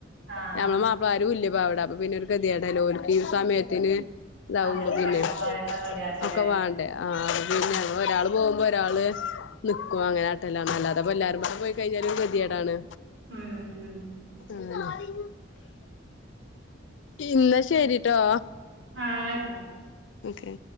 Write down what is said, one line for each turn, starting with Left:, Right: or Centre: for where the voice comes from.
Right: ആഹ്
Left: ഞമ്മളെ മാപ്പളാരും ഇല്ല പ അവിട അപ്പ പിന്നെ ഒരു കതിയടല്ലോൽക്ക് ഈ സമയത്തിന് ഇതാവുമ്പോ
Right: അതന്നെ
Left: പിന്നെ
Right: ഭക്ഷണം കാര്യൊക്കെ റെഡിയാണ്ടല്ലേ
Left: ഒക്കെ വേണ്ടേ ആ
Right: ഉം
Left: പിന്നെ ഒരാൾ പോവുമ്പ ഒരാള് നിക്കുവ അങ്ങനെ ആട്ടല അല്ലാതെ എല്ലാവാരും കൂടെ പോയി കഴിഞ്ഞാല് ഗതിയേടാണ്
Right: ഉം ഉം
Left: ഉ ഇന്ന ശരിട്ടോ
Right: ആഹ ആയിക്ക
Left: ഓക്കെ